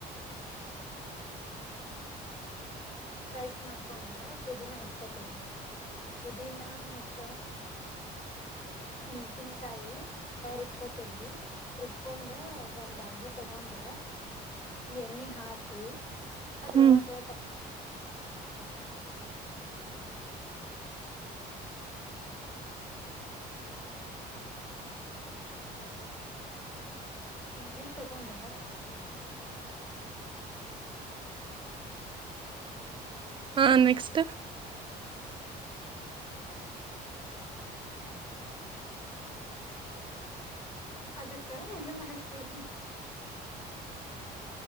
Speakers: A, on the left; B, on the right.
A: ರೈಸ್ ಮಾಡ್ಕೊಂಡ ಪುದೀನ ಹಚ್ಕೋತೇವಿ ಪುದೀನಾ ಮತ್ತ ಮೆಣ್ಸಿನ್ಕಾಯಿ ರುಬ್ಕೋತೇವಿ ರುಬ್ಕೊಂಡ ಅದ್ ಒಂದ್ ಬಾಳ್ಗಿ ತಗೊಂಡ ಎಣ್ಣೆ ಹಾಕಿ ಅದ್ರೊಳಗ
B: ಹ್ಮ್
A: ಸ್ <inaudible> ಎಣ್ಣೀ ತಗೊಂಡ
B: ಹಾ ನೆಕ್ಸ್ಟ್
A: ಅದಕ್ಕ ಇನ್ನನ್ ಹಾಕ್ತೇವಿ